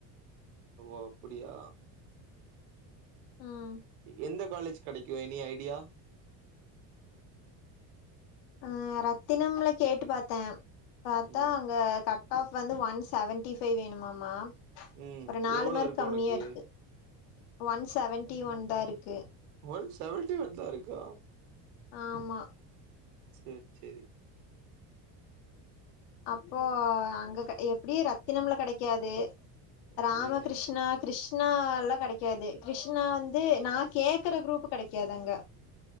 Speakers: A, on the right (about 85°); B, on the left (about 80°).
A: ஓ அப்டியா
B: ம்
A: எந்த காலேஜ் கெடைக்கு எனி ஐடியா
B: ஆ ரத்தினம்ல கேட்டு பாத்தே பாத்தா
A: ம்
B: அங்க கட் அஃப் வந்து ஒன் செவன்டி பைஃவ் வேணுமாமா
A: ம்
B: ஒரு நாலு
A: எவ்ளோ
B: மார்க்
A: இருக்கு
B: கம்மியா
A: உனக்கு
B: இருக்கு ஒன் செவன்டி ஒன் தா இருக்கு
A: ஒன் செவன்டி ஒன் தா இருக்கா
B: ஆமா
A: சேர் சேரி
B: அப்போ அங்க கெட எப்டியு ரத்தினம்ல கெடைக்காது ராம
A: ம்
B: கிருஷ்ணா கிருஷ் ணால்லா கெடைக்காது கிருஷ்ணா வந்து நா கேக்ற குரூப் கெடைக்காது அங்க